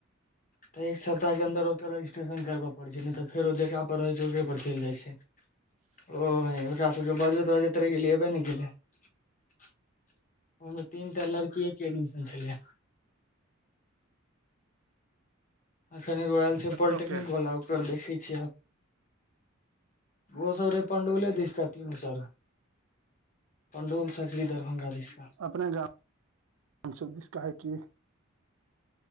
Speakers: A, on the left; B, on the right.
A: तऽ एक सप्ताह के अन्दर ओकर रजिस्ट्रेशन करब पड़े छै नइ तऽ फेर ओ जेकरा पर रहे छै ओेकरे पर चलि जाय छै
B: <unintelligible>
A: ओ ओकरा सभके बजबैत बाजैत रहि गेलै अयबे ने केलै ओहिमे तीन टा लड़कीके एडमिशन छलय एखन एगो आयल छै
B: कतऽ
A: पॉलिटेक्निक
B: के
A: वला ओकर देखै छियै आब ओ सब रहे पणडौले दिशका तीनू चार पणडोल सकरी दरभंगा जिलामें
B: अपने गाम हमसब दिस कहै की